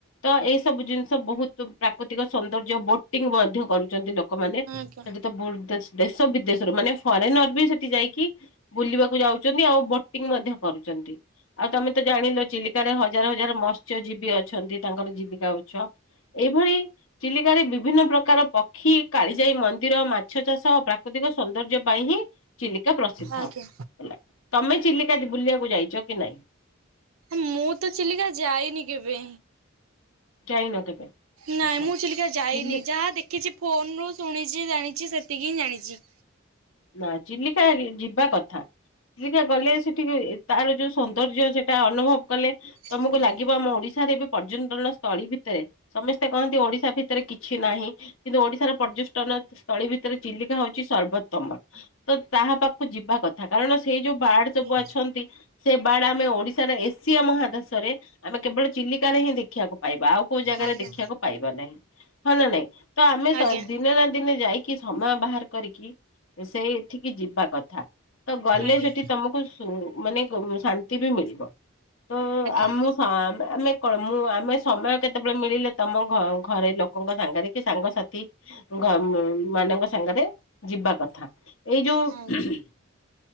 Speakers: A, on the left; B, on the right.
A: ତ ଏଇ ସବୁ ଜିନିଷ ବହୁତ ପ୍ରାକୃତିକ ସୌନ୍ଦର୍ଯ୍ୟ ବୋଟିଂ ମଧ୍ୟ କରୁଛନ୍ତି ଲୋକମାନେ
B: ଆଜ୍ଞା ଆଜ୍ଞା
A: ସେଠି ତ ବୋର୍ ତେଜ ଦେଶ ବିଦେଶରୁ ମାନେ ଫରେନର ବି ସେଠି ଯାଇକି ବୁଲିବାକୁ ଯାଉଛନ୍ତି ଆଉ ବୋଟିଂ ମଧ୍ୟ କରୁଛନ୍ତି। ଆଉ ତମେ ତ ଜାଣିଲ ଚିଲିକାରେ ହଜାର ହଜାର ମତ୍ସ୍ୟଜୀବୀ ଅଛନ୍ତି ତାଙ୍କର ଜୀବିକା ଯାଉଛ ଏଇଭଳି ଚିଲିକାରେ ବିଭିନ୍ନ ପ୍ରକାର ପକ୍ଷ୍ କ୍ଷୀ କାଳି ଯାଇ ମନ୍ଦିର ମାଛ ଚାଷ ପ୍ରାକୃତିକ ସୌନ୍ଦର୍ଯ୍ୟ ପାଇଁ ହିଁ ଚିଲିକା ପ୍ରସିଦ୍ଧ।
B: ଆଜ୍ଞା ଆଜ୍ଞା।
A: ହେଲା ତମେ ଚିଲିକା ବୁଲିବାକୁ ଯାଇଛ କି ନାଇଁ?
B: ମୁଁ ତ ଚିଲିକା ଯାଇନି କେବେ?
A: ଯାଇନ କେବେ?
B: ନାଇଁ
A: ଆଚ୍ଛା
B: ମୁଁ ଚିଲିକା ଯାଇନି
A: ଚିଲି
B: ଯାହା ଦେଖିଛି ଫୋନ ରୁ ଶୁଣିଛି ଜାଣି କଛିି ସେତିକି ହିଁ ଜାଣିଛି।
A: ନା ଚିଲିକା ଯିବା କଥା। ଚିଲିକା ଗଲେ ସେଠିକି ତାର ଯୋଉ ସୌନ୍ଦର୍ଯ୍ୟ ସେଟା ଅନୁଭବ କଲେ ତମକୁ
B: ହୁଁ
A: ଲାଗିବ ଆମ ଓଡିଶାରେ ଏବେ ପର୍ଯ୍ୟଟନି ସ୍ଥଳୀ ଭିତରେ, ସମସ୍ତେ କହନ୍ତି ଓଡିଶା ଭିତରେ କି କିଛି ନାହିଁ କିନ୍ତୁ ଓଡିଶାର ପର୍ଯ୍ୟସ୍ଟନ ସ୍ଥଳୀ ଭିତରେ ଚିଲିକା ହଉଛି ସର୍ବୋତ୍ତମ। ତ ତାହା ପାଖକୁ ଯିବା କଥା କାରଣ ସେଇ ଯୋଉ ବାର୍ଡ
B: ଆଜ୍ଞା
A: ସବୁ ଅଛନ୍ତି ସେ ବାର୍ଡ ଆମେ ଓଡିଶାର ଏସିଆ ମହାଦେଶରେ ଆମେ କେବଳ ଚି ଚିଲିକାରେ ହିଁ ଦେଖିବାକୁ ପାଇବା, ଆଉ କୋଉ ଜାଗାରେ
B: ଆଜ୍ଞା
A: ଦେଖିବାକୁ ପାଇବା ନାହିଁ। ହଁ ନା ନାଇଁ ତ ଆମେ
B: ଆଜ୍ଞା
A: ସ ଦିନେ ନା ଦିନେ ଯାଇକି ସମୟ ବା ବାହାର କରିକି ସେଇଠିକି ଯିବା କଥା, ତ ଗଲେ
B: ଆଜ୍ଞା
A: ସେଠି ତମକୁ ସୁ ମାନେ କୁ ଶାନ୍ତି ବି ମିଳିବ ତ ଆମ
B: ଆଜ୍ଞା।
A: ଆମେ କଣ ମୁଁ ଆମେ ସମୟ କେତେବେଳେ ମିଳିଲେ ତମ ଘ ଘରେ ଲୋକଙ୍କ ସାଙ୍ଗରେ କି ସାଙ୍ଗସାଥି ଘ ମାନଙ୍କ ସାଙ୍ଗରେ ଯିବା କଥା। ଏଇ ଯୋଉ
B: ହଁ
A: ଖୁନ